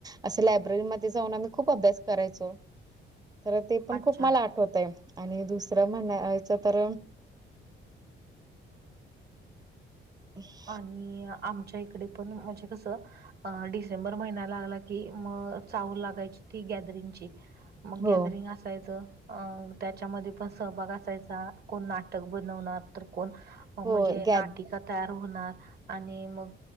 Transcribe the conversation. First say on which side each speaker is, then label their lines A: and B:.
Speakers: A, on the right; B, on the right.
A: अस लायब्ररीमध्ये जाऊन आम्ही खूप अभ्यास करायचो. तर ते पण
B: अच्छा
A: खूप मला आठवतंय आणि दुसरं म्हणायचं तर <inaudible>
B: आणि आमच्या इकडे पण म्हणजे कसं अ डिसेंबर महिन्या लागला की मग चाहूल लागायची ती गॅदरिंगची. मग
A: हो
B: गॅदरिंग असायचं. अं त्याच्यामध्ये पण सहभाग असायचा कोण नाटक बनवणार तर कोण म्हणजे
A: हो
B: नाटिका
A: गॅ
B: तयार होणार. आणि मग